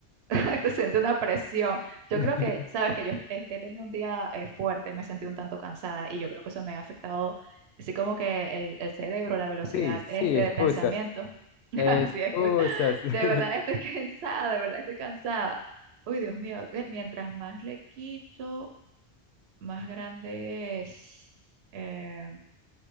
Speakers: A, on the right; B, on the left.
A: <laughs> te siente una presión. Yo
B: <laughs>
A: creo que, sabes que yo he, he tenido un día eh, fuerte, me he sentido un tanto cansada y yo creo que eso me ha afectado, así como que el, el cerebro, la velocidad
B: Sí, sí,
A: este
B: excusas.
A: de pensamiento. <laughs>
B: Excusas.
A: Así es, que,
B: <laughs>
A: de verdad estoy <laughs> cansada, de verdad estoy cansada. Uy, Dios mío, eh, mientras más le quito, más grande es. Eh,